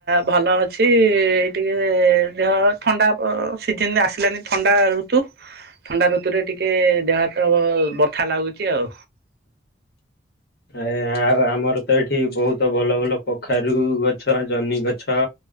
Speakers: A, on the right (about 60°); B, on the left (about 60°).
A: ଭଲ ଅଛି ଏଇ ଟିକେ ଦେହ ଥଣ୍ଡା ସିଜିନ ଆସିଲାନି ଥଣ୍ଡା ଋତୁ ଥଣ୍ଡା ଋତୁରେ ଟିକେ ଦେହ ହାତ ବଥା ଲାଗୁଛି ଆଉ।
B: ଆ ଆଉ ଆମର ତ ଏଠି ବହୁତ ଭଲ ଭଲ କଖାରୁ ଗଛ ଜହ୍ନି ଗଛ